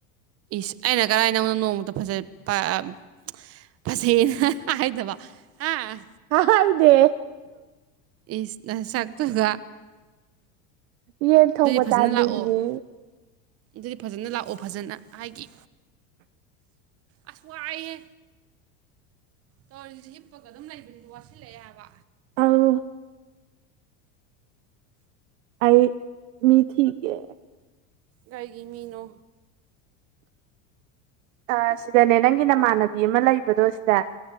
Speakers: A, on the right; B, on the right.
A: ꯏꯁ ꯑꯩꯅ ꯀꯔꯥꯏꯗꯧꯅ ꯅꯣꯡꯃꯛꯇ ꯐꯖ ꯐꯖꯩꯅ ꯍꯥꯏꯗꯕ ꯍꯥ
B: ꯑ ꯏꯗꯦ
A: ꯏꯁ ꯅꯁꯥꯛꯇꯨꯒ
B: ꯌꯦꯟ ꯊꯣꯡꯕ
A: ꯐꯖꯅ
B: ꯆꯥꯅꯤꯡꯉ
A: ꯂꯥꯛꯑꯣ ꯑꯗꯨꯗꯤ ꯐꯖꯅ ꯂꯥꯛꯑꯣ ꯐꯖꯅ ꯍꯥꯏꯒꯤ ꯑꯁ ꯋꯥꯑꯥꯏ ꯍꯦ ꯇꯧꯔꯤꯁꯤ ꯍꯤꯞꯄꯒ ꯑꯗꯨꯝ ꯂꯩꯕꯅꯤꯅ ꯋꯥꯠꯁꯤꯜꯂꯛꯑꯦꯕ
B: ꯑꯥꯎ ꯑꯩ ꯃꯤ ꯊꯤꯀꯦ
A: ꯀꯒꯤ ꯃꯤꯅꯣ
B: ꯑ ꯁꯤꯗꯅꯦ ꯅꯪꯒꯤ ꯅꯃꯥꯟꯅꯕꯤ ꯑꯃ ꯂꯩꯕꯗꯣ ꯁꯤꯗ